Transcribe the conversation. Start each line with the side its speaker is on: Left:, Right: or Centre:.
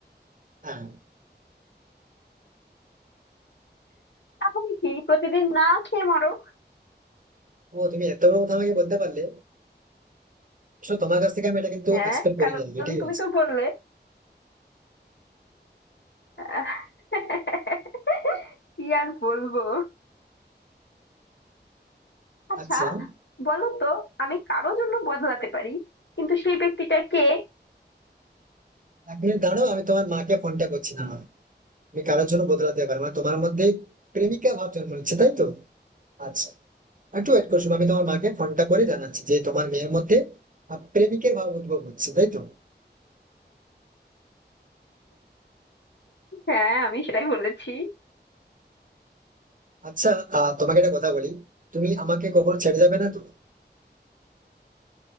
Right: হ্যাঁ
Left: তাহলে কি প্রতিদিন না খেয়ে মরো
Right: ও তুমি এত বড় কথা আমাকে বলতে পারলে আসলে তোমার কাছ থেকে আমি এটা কিন্তু
Left: হ্যাঁ
Right: এক্সপেক্ট করিনি
Left: কারণ
Right: আগে, ঠিক
Left: তুমি
Right: আছে
Left: তো বললে আহ, <laughs> কি আর বলবো আচ্ছা
Right: আচ্ছা উম,
Left: বলো তো আমি কারো জন্য বদলাতে পারি কিন্তু সেই ব্যক্তিটা কে
Right: এক মিনিট দাঁড়াও আমি তোমার মাকে ফোনটা করছি না তুমি কারোর জন্য বদলাতে পারবে না তোমার মধ্যে প্রেমিকা ভাব জন্ম নিচ্ছে তাই তো আচ্ছা একটু ওয়েট করছো আমি তোমার মাকে ফোনটা করে জানাচ্ছি যে তোমার মেয়ের মধ্যে আহ, প্রেমিকের ভাব উদ্ভব হচ্ছে তাই তো
Left: হ্যাঁ আমি সেটাই বলেছি
Right: আচ্ছা আহ, তোমাকে একটা কথা বলি তুমি আমাকে কখনো ছেড়ে যাবে না তো